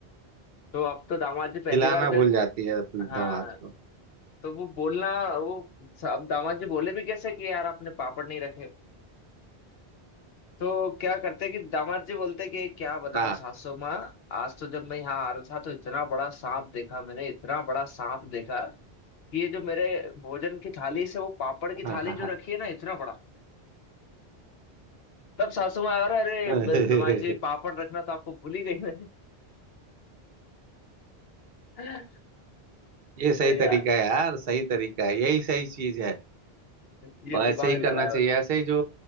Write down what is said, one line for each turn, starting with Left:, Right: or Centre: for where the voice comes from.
Left: तो अब तो दामाद जी पहली
Right: हिलाना
Left: बार गए
Right: भूल जाती है अपने
Left: हाँ
Right: दिमाग को
Left: तो वो बोलना वो अब दामाद जी बोले भी कैसे कि यार आपने पापड़ नहीं रखे तो क्या करते कि दामाद जी बोलते कि क्या बताओ
Right: हाँ
Left: सासू माँ आज तो जब मैं यहाँ आ रहा था तो इतना बड़ा सांप देखा मैंने इतना बड़ा सांप देखा कि ये जो मेरे भोजन की थाली से वो पापड़ की
Right: हाँ
Left: थाली
Right: हाँ
Left: जो
Right: हाँ
Left: रखी है ना इतना बड़ा तब सासू माँ और अरे
Right: <laughs>
Left: ब- जमाई जी पापड़ रखना तो आपको भूल ही गई मैं <laughs>
Right: ये सही
Left: तो यार
Right: तरीका है यार सही तरीका है यही सही चीज है
Left: ये
Right: और
Left: दिमाग
Right: ऐसे ही
Left: लड़ा
Right: करना
Left: है
Right: चाहिए
Left: और
Right: ऐसे ही जो